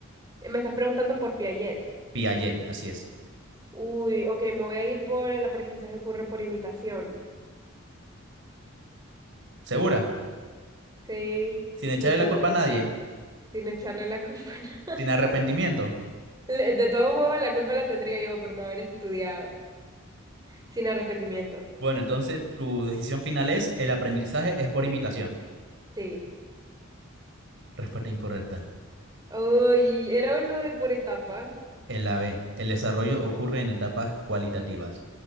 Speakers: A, on the right; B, on the right.
A: Eh, Me estás preguntando por Piaget.
B: Piaget, así es.
A: Uy, ok, me voy a ir por el aprendizaje ocurre por imitación.
B: ¿Segura?
A: Sí,
B: Sin echarle
A: ni modo,
B: la culpa a nadie,
A: sin echarle la culpa. <laughs>
B: sin arrepentimiento.
A: Le- De todos modos, la culpa la tendría yo por no haber estudiado, sin arrepentimiento.
B: Bueno, entonces tu decisión final es el aprendizaje es por imitación.
A: Sí.
B: Respuesta incorrecta.
A: Uy, era lo de por etapa.
B: El AB. El desarrollo ocurre en etapas cualitativas.